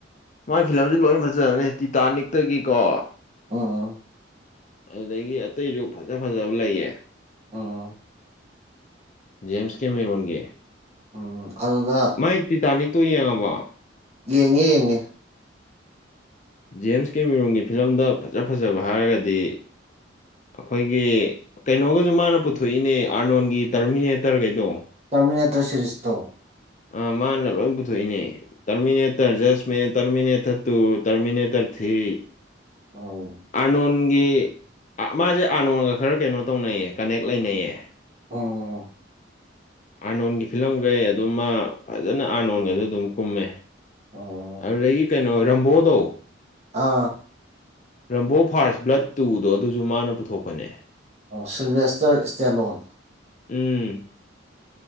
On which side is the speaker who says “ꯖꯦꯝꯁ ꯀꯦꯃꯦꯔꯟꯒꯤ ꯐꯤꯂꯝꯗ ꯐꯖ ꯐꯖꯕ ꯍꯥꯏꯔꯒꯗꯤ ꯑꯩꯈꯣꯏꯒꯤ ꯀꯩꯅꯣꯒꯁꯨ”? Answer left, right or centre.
Left